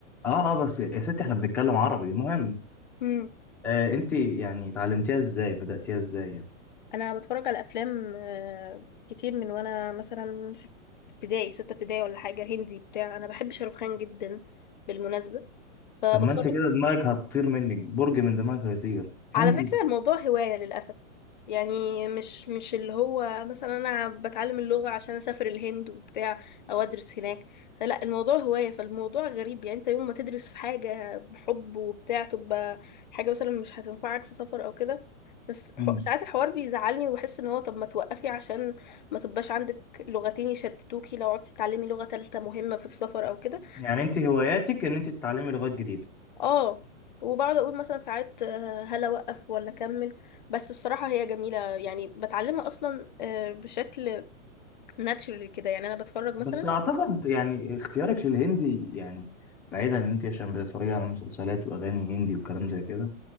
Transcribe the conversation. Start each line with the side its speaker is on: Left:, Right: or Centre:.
Centre: اه اه بس يا ستي احنا بنتكلم عربي مهم
Left: مم.
Centre: آه انت يعني اتعلمتيها ازاي بدأتيها ازاي يعني
Left: انا بتفرج على افلام آه، كتير من وانا مثلا في ابتدائي ستة ابتدائي ولا حاجة هندي بتاع انا بحب شاروخان جدا بالمناسبة فبتفرج
Centre: طب ما انت كده دماغك هتطير منك برج من دماغك هيطير
Left: على
Centre: هندي
Left: فكرة الموضوع هواية للأسف يعني مش مش اللي هو مثلا أنا بتعلم اللغة عشان أسافر الهند وبتاع أو أدرس هناك فلا الموضوع هواية فالموضوع غريب يعني أنت يوم ما تدرس حاجة بحب وبتاع تبقى حاجة مثلا مش هتنفعك في سفر أو كده بس
Centre: مم.
Left: ح- ساعات الحوار بيزعلني وبحس ان هو طب ما توقفي عشان ما تبقاش عندك لغتين يشتتوكي لو قعدتي تتعلمي لغة تالتة مهمة في السفر او كده
Centre: يعني انت هواياتك ان انت تتعلمي لغات جديده
Left: اه وبقعد اقول مثلا ساعات آه، هل اوقف ولا اكمل بس بصراحه هي جميله يعني بتعلمها اصلا آه، بشكل ناتشورال كده يعني انا بتفرج مثلا
Centre: بس اعتقد يعني اختيارك للهندي يعني بعيدا ان انت عشان بتتفرجي على مسلسلات واغاني هندي وكلام زي كده